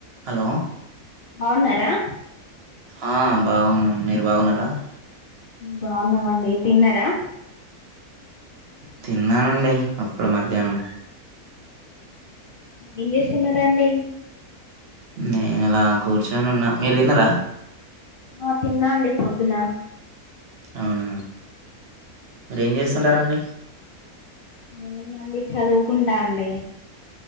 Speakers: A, on the right; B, on the left.
A: హలో
B: బాగున్నారా
A: ఆ బాగున్నాం మీరు బాగున్నారా
B: బాగున్నామండి తిన్నారా
A: తిన్నానండి అప్పుడు మధ్యాహ్నం.
B: ఏం చేస్తున్నరండి?
A: నేను అలా కూర్చొని ఉన్నా, మీరు తిన్నర?
B: ఆ తిన్నా అండి పొద్దున.
A: అవునా మీరెం చేస్తుంటారండి.
B: ఏముందండి చదువుకుంటా అండి.